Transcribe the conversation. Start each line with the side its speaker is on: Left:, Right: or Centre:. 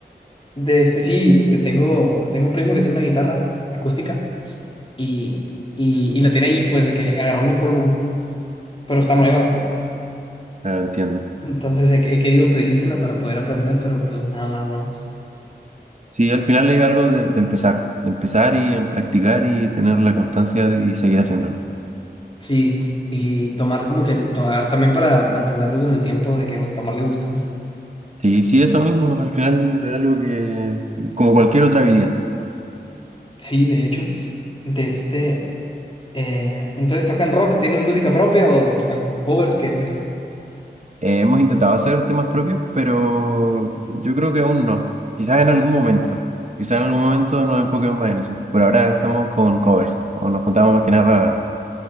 Left: De este sí, eh, tengo, tengo un primo que tiene una guitarra acústica y, y, y la tiene ahí, pues, de que agarrando polvo, pero está nueva, pues.
Right: Ah, entiendo.
Left: Entonces he, he querido pedírsela para poder aprender, pero pues nada más no.
Right: Sí, al final es algo de, de empezar, de empezar y en practicar y tener la constancia de- y seguir haciéndolo.
Left: Sí, y tomar como que, tomar también para mantenerlo con el tiempo, de que pues, tomarle gusto, ¿no?
Right: Sí, sí, eso mismo, al final es algo que, como cualquier otra habilidad.
Left: Sí, de hecho, de este... eh, entonces tocan rock, ¿tienen música propia o, o tocan covers que, que tocan?
Right: Eh, hemos intentado hacer temas propios, pero yo creo que aún no. Quizás en algún momento, quizás en algún momento nos enfoquemos más en eso. Por ahora estamos con covers, o nos juntamos más que nada pa-